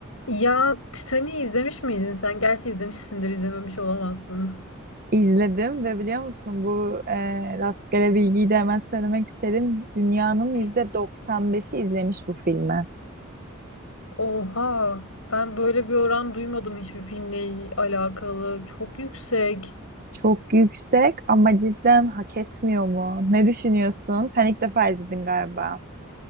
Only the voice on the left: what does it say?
Ya Titanic'i izlemiş miydin sen? Gerçi izlemişsindir, izlememiş olamazsın.
Evet.
Oha, ben böyle bir oran duymadım hiçbir filmle alakalı. Çok yüksek.